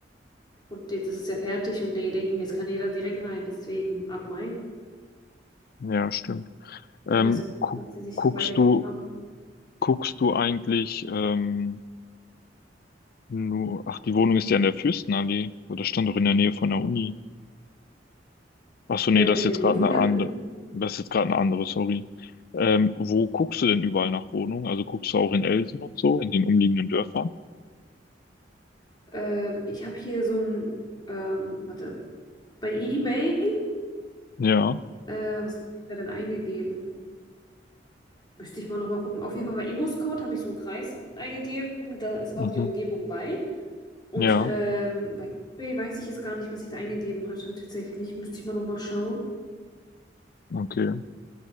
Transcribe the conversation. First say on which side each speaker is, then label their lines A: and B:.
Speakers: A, on the left; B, on the left.
A: Und jetzt ist es ja fertig und die denken, jetzt kann jeder direkt rein, deswegen ab Mai.
B: Ja, stimmt. Ähm,
A: Ich weiß auch nicht,
B: gu
A: was sie sich
B: guckst
A: dabei gedacht
B: du,
A: haben.
B: guckst du eigentlich ähm, nur, ach, die Wohnung ist ja in der Fürstenallee, oder das stand doch in der Nähe von der Uni. Ach so,
A: Äh,
B: nee, das
A: in
B: ist jetzt
A: der Nähe
B: gerade
A: von
B: eine
A: der
B: andere,
A: Uni.
B: das ist jetzt gerade eine andere, sorry. Ähm, wo guckst du denn überall nach Wohnungen? Also guckst du auch in Elsen und so, in den umliegenden Dörfern?
A: Ähm, ich habe hier so ein, ähm, warte, bei eBay,
B: Ja,
A: äh, was habe ich da denn eingegeben? Müsste ich mal nochmal gucken. Auf jeden Fall bei Immoscout habe ich so einen Kreis eingegeben, da ist
B: mhm.
A: auch die Umgebung bei. Und
B: Ja,
A: ähm, bei eBay weiß ich jetzt gar nicht, was ich da eingegeben hatte. Tatsächlich müsste ich mal nochmal schauen.
B: okay.